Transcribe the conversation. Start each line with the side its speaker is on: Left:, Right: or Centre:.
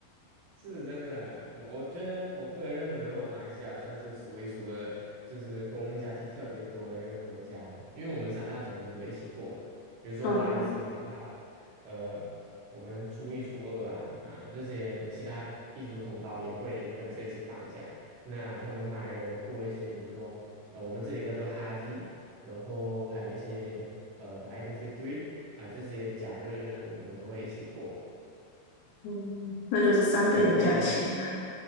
Right: <laughs> 是真的。我觉得我个人认为的话，马来西亚算是数一数二，就是公共假期特别多的一个国家了因为我们三大种族都一起过嘛。比如说华人新年就好了，
Left: 嗯，
Right: 呃，我们初一、初二啊，啊、这些其他异族同胞也会跟着一起放假。那他们马来人过一些，比如说呃，我们这里叫做哈吉，然后还有一些呃 Idul Fitri 啊、这些假日呢，我们都会一起过。
Left: 嗯那就是三倍的假期了。
Right: 对，开在一起，